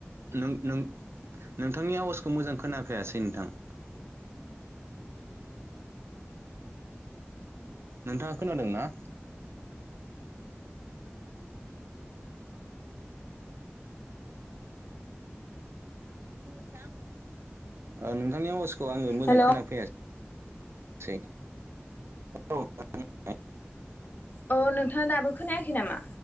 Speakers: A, on the right; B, on the left.
A: नों नों नोंथांनि आवाजखौ मोजां खोनाफायासै नोंथां । नोंथाङा खोनादों ना? नोंथांनि आवाजखौ आङो मोजां
B: हेल'
A: खोनाफैसै । सै औ <unintelligible>
B: अ नोंथाङा दाबो खोनायाखै नामा?